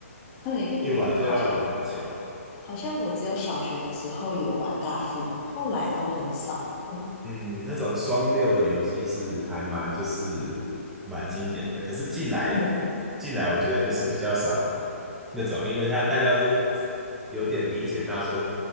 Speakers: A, on the left (about 25°); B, in the centre.
A: 对，
B: 一玩就要玩很久。
A: 我就好像好像我只有小学的时候有玩大富翁，后来都很少了。
B: 嗯，那种双六的游戏是还蛮就是蛮经典的，可是进来
A: 嗯
B: 进来，我觉得就是比较少那种，因为他大家都有点理解到说，